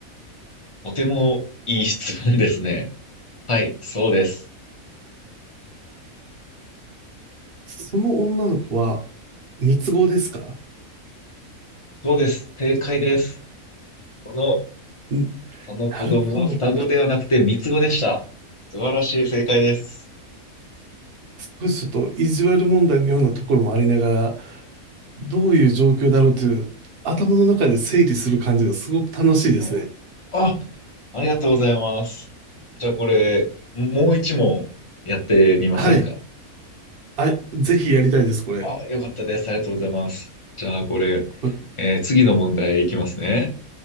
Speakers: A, on the left; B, on the right.
A: とてもいい質問ですね。はい。そうです。
B: その女の子は三つ子ですか
A: そうです。正解です。その、
B: ん
A: その子供は双子ではなくて三つ子でした。
B: なるほど。
A: 素晴らしい正解です。
B: 少しちょっと意地悪問題のようなところもありながら、どういう状況だろうという頭の中で整理する感じがすごく楽しいですね。
A: はい。あ、ありがとうございます。じゃあこれ、もう一問やってみませんか。
B: はい。あ、ぜひやりたいです、これ。
A: あ、よかったです。ありがとうございます。じゃあこれ、
B: これ、
A: えー次の問題いきますね。